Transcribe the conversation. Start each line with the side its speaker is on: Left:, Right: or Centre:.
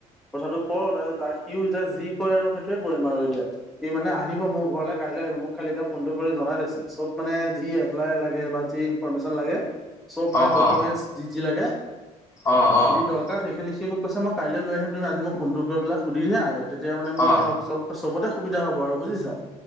Centre: কথাটো ক তাৰপিছত তাক সিও এতিয়া যি কয় আৰু সেইটোয়ে কৰিম আৰু এতিয়া সি মানে আহিব মোৰ ঘৰলে কাইলৈ আহিব মোক খালি এতিয়া ফোনতটো কৰি জাই দিছে চব মানে যি এপ্লাই লাগে যি ইনফৰ্ম লাগে চব মানে
Left: অ
Centre: ডকুমেন্টচ
Left: অ
Centre: যি যি লাগে
Left: অ অ
Centre: যি দৰকাৰ সেইখিনি সি মোক কৈছে মই কাইলৈ লৈ আহিম তুমি আজি মোক ফোনটো কৰি পেলাই সুধি দিয়া তেতিয়া মানে মই
Left: অ
Centre: চবতে সুবিধা হ'ব আৰু বুজিছা?